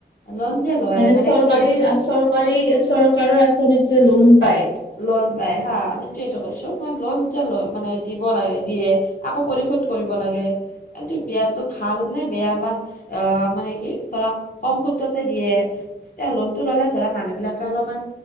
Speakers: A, on the left; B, on the left.
A: লোন যে লয়
B: মানে চৰকাৰী
A: কি
B: চৰ চৰকাৰী চৰকাৰৰ আঁচনিত যে লোন পায,
A: লোন পাই হা। এইটো কৈছো মই লোন এতিয়া ল মানে দিব লাগে দিয়ে আকৌ পৰিশোধ কৰিব লাগে। এটো বিয়াতো ভাল নে বেয়া বা। আহ মানে কি ধৰা কম সূত্ৰতে দিয়ে। তে লোনতটো ল'লে ধৰা মানুহ বিলাকে অলপমান